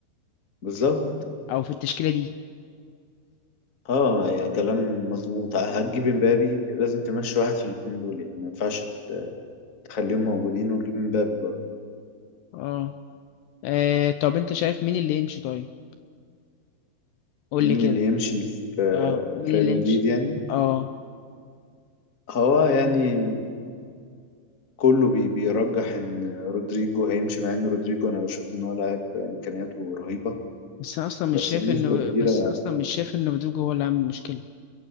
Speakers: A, on the left; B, on the left.
A: بالظبط
B: او في التشكيلة دي
A: اه يعني كلام مظبوط هتجيب امبابي لازم تمشي واحد في الاثنين دول يعني ما ينفعش تخليهم موجودين وتجيب امبابي
B: اه آه، طب انت شايف مين اللي يمشي طيب قول
A: مين
B: لي كده
A: اللي يمشي في
B: اه مين
A: في ريال
B: اللي
A: مدريد
B: يمشي
A: يعني
B: اه
A: هو يعني كله بي بيرجح ان رودريجو هيمشي مع ان رودريجو انا بشوف ان هو لاعب امكانياته رهيبة
B: بس انا اصلا مش
A: بس
B: شايف
A: بنسبة
B: انه
A: كبيرة
B: بس انا اصلا مش شايف ان رودrigo هو اللي عامل المشكلة